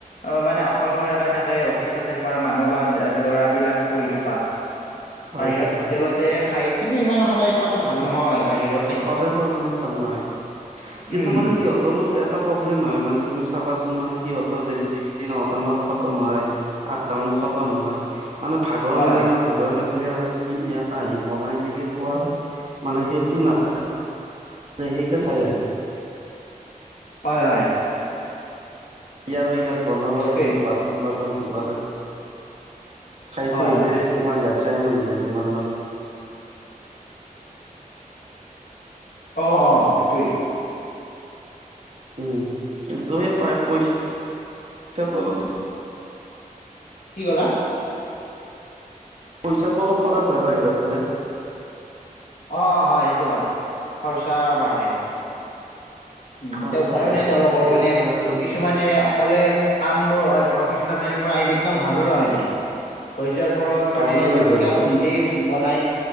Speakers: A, on the left; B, on the right.
A: অ মানে অকলশৰীয়কে থাকে অফিচ কাছাৰী কৰা মানুহ বা ল'ৰাবিলাক পঢ়ি থকা
B: হয়
A: বাহিৰত
B: হয়
A: হোটেলতে খাই কিন্তু ইমান সদায় খোৱাতটো ভাল নহয় বাহিৰত৷
B: সদায় খোৱা মানে ভাল নহয় কিন্তু
A: উম
B: মানে সিহঁতৰো এ প্ৰব্লেম হয় মানে তুমি চাবাচোন মানে সিহঁতৰ যদি ডিউটি ন টা মানত খতম হয় আঠটা মানে খতম হয় মানে ভাগৰ
A: হয়
B: লাগে ন। ভাগৰ লাগিলে আৰু তুমি ইয়াত আহি বনাই মেলি খোৱাৰ মানে সেইটো নাথাকে ত সেইকানে খায় আহে
A: হয়-হয়।
B: ই আৰু ইয়াত বনাব
A: সেইটোৱে
B: লাগিল বাচন বৰ্তন ধুব লাগিল ফাই
A: হয়
B: থৈ আহিলে
A: হয়
B: তোমাৰ লেঠাই মৰি যায় তোমাৰ মানে
A: অ-অ সেইটোৱেই।
B: উম কিন্তু সেই পায় পইচা পইচা <unintelligible> অল
A: কি কলা?
B: পইচাটো অলপ খৰচ হয় বাহিৰত খালে।
A: অ হয় সেইটো হয় খৰচা বাঢ়ে। উম
B: খৰচা
A: এতি উপায়ো
B: বাঢ়ে
A: নাই তেওঁলোকৰো
B: তেনেকুৱা
A: মানে
B: একদম
A: কিছুমানে অকলে কাম বোৰ অফিচ কাছাৰী পৰা আহি একদম ভাগৰুৱা হৈ যায়। হৈ যোৱাৰ ফলত
B: ভাগৰুৱা
A: মানে
B: হৈ
A: তেওঁলোকে
B: যায়
A: আকৌ নিজেই বনাই